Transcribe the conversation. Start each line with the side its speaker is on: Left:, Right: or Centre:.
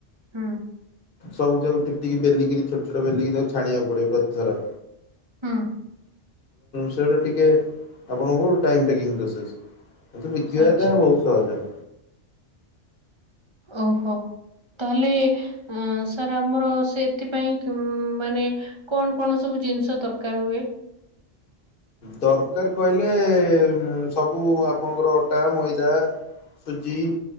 Right: ହୁଁ,
Left: ସବୁଯାକୁ ଟିକ ଟିକ ବେଲିକିରି ଛୋଟ ଛୋଟ ବେଲିକି ତାକୁ ଛାଣିବାକୁ ପଡିବ ପ୍ରତିଥର।
Right: ହୁଁ,
Left: ସେ ଟିକେ ଆପଣଙ୍କୁ ଟାଇମ ଟେକିଙ୍ଗ ପ୍ରସେସ। କିନ୍ତୁ ବିକିବାଟା
Right: ଆଚ୍ଛା,
Left: ବହୁତ ସହଜ।
Right: ଓହୋ। ତାହଲେ ଅ ସାର୍ ଆମର ସେଥିପାଇଁ ମାନେ କଣ କଣ ସବୁ ଜିନିଷ ଦରକାର ହୁଏ।
Left: ଦରକାର କହିଲେ ସବୁ ଆପଣଙ୍କର ଅଟା ମଇଦା, ସୁଜି